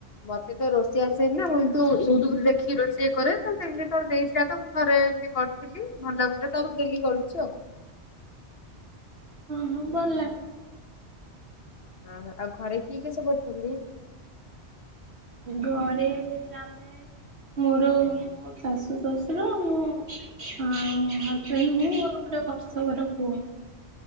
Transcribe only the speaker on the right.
ହଁ ଭଲ ଲାଗେ।
ଘରେ ଆମେ ମୋର ଶାଶୁଶଶୁର, ମୁଁ ଅ ହଜବେଣ୍ଡ ମୁଁ ମୋର ଗୋଟେ ବର୍ଷକର ପୁଅ।